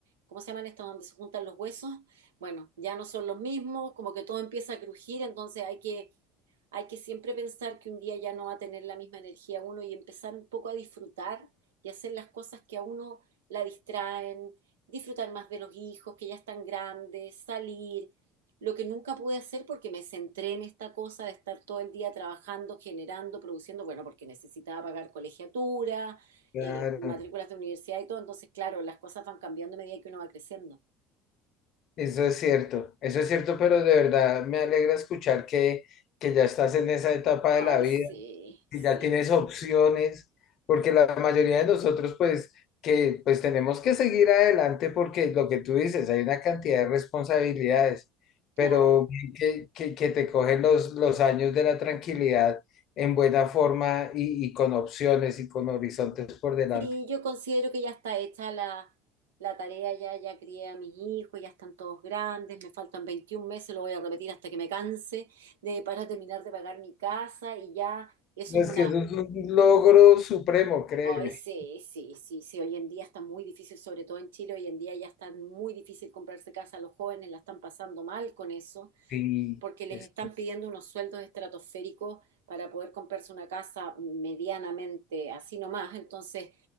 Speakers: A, on the right (about 85°); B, on the left (about 55°).
A: ¿Cómo se llaman estas donde se juntan los huesos? Bueno, ya no son los mismos, como que todo empieza a crujir, entonces hay que, hay que siempre pensar que un día ya no va a tener la misma energía uno y empezar un poco a disfrutar y hacer las cosas que a uno la distraen, disfrutar más de los hijos que ya están grandes, salir, lo que nunca pude hacer porque me centré en esta cosa de estar todo el día trabajando, generando, produciendo, bueno, porque necesitaba pagar colegiatura,
B: Claro,
A: eh, matrículas de universidad y todo, entonces claro, las cosas van cambiando a medida que uno va creciendo.
B: eso es cierto, eso es cierto, pero de verdad me alegra escuchar que, que ya estás en esa etapa
A: Ay,
B: de la vida.
A: sí, sí,
B: si ya tienes opciones, porque la mayoría de nosotros pues que pues tenemos que seguir adelante porque lo que tú dices, hay una cantidad de responsabilidades,
A: claro.
B: pero que, que, que te cogen los, los años de la tranquilidad en buena forma y, y con opciones y con horizontes por delante.
A: Sí, yo considero que ya está hecha la, la tarea, ya, ya crié a mis hijos, ya están todos grandes, me faltan 21 meses, lo voy a repetir hasta que me canse de, para terminar de pagar mi casa y ya eso
B: Es
A: es una
B: que eso es un logro supremo, créeme.
A: Ay, sí, sí, sí, sí, hoy en día está muy difícil, sobre todo en Chile, hoy en día ya está muy difícil comprarse casa, los jóvenes la están pasando mal con eso
B: Sí,
A: porque les
B: es-
A: están pidiendo unos sueldos estratosféricos para poder comprarse una casa medianamente así nomás. Entonces,